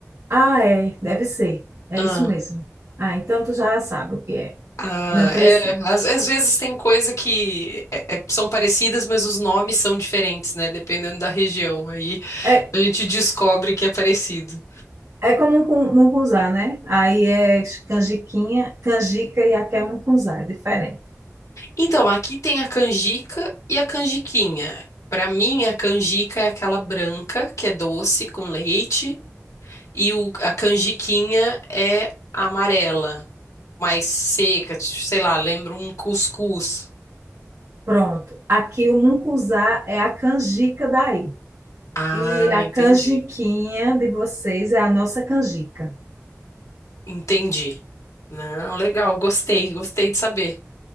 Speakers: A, on the right; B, on the left.
A: Ah, é, deve ser. É
B: Ah,
A: isso mesmo. Ah, então tu já sabe o que é.
B: ah,
A: Não precisa.
B: é, às, às vezes tem coisa que é- é- são parecidas, mas os nomes são diferentes, né? Dependendo da região. Aí
A: É,
B: a gente descobre que é parecido.
A: é como mucu- mucunzá, né? Aí é canjiquinha, canjica e aqui é mucunzá, é diferente.
B: Então, aqui tem a canjica e a canjiquinha. Para mim, a canjica é aquela branca, que é doce, com leite. E o- a canjiquinha é amarela, mais seca, tipo, sei lá, lembra um cuscuz.
A: Pronto. Aqui o mucunzá é a canjica daí.
B: Ah,
A: E a
B: entendi.
A: canjiquinha de vocês é a nossa canjica.
B: Entendi. Não, legal, gostei, gostei de saber.